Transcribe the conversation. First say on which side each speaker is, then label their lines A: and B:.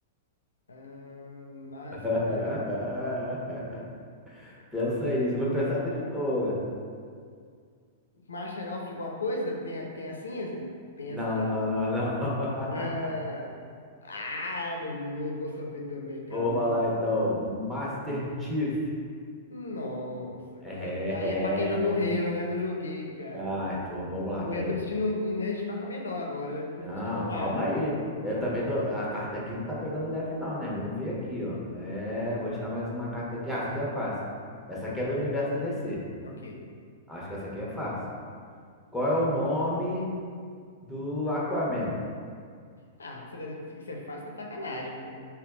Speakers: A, on the left; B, in the centre.
A: Ah, mas...
B: <laughs>
A: é,
B: Pensa aí. Se não pensar, tá de boa.
A: Master of alguma coisa? Tem, tem assim? Tem
B: Não,
A: essa...
B: não, não, não. <laughs>
A: Ah, ah, não, não vou saber também, cara,
B: Vou
A: não.
B: falar então. Master Chief.
A: Nossa,
B: É.
A: cara, aí é pra quem jogou Halo, né? Não joguei, cara.
B: Ah, tô- vamos lá,
A: Eu
B: peraí.
A: já tô me sentindo um um nerd de marca menor agora, já tô me
B: Não,
A: sentindo mal.
B: calma aí. Eu também tô. A carta aqui não tá pegando leve, não, né? Vamos ver aqui, ó. É, vou tirar mais uma carta aqui. Ah, essa aqui é fácil. Essa aqui é do universo da DC.
A: Ok.
B: Acho que essa aqui é fácil. Qual é o nome? do Aquaman.
A: Ah, você tá dizendo que isso é fácil, tá de sacanagem, pô.